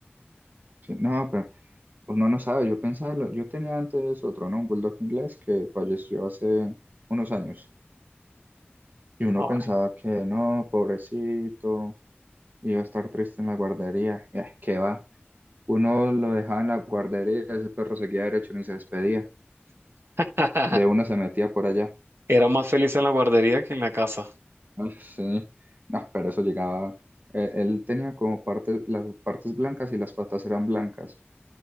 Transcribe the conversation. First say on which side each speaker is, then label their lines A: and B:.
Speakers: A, on the right; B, on the right.
A: Sí, no, pero pues, uno no sabe. Yo pensaba, lo- yo tenía antes otro, ¿no? Un bulldog inglés que falleció hace unos años y uno
B: Ay.
A: pensaba que no, pobrecito, iba a estar triste en la guardería. Eh, ¿qué va? Uno lo dejaba en la guardería, ese perro seguía derecho ni se despedía.
B: <laughs>
A: de una se metía por allá.
B: Era más feliz en la guardería que en la casa.
A: Ay, sí. No, pero eso llegaba. eh, él tenía como partes, las partes blancas y las patas eran blancas.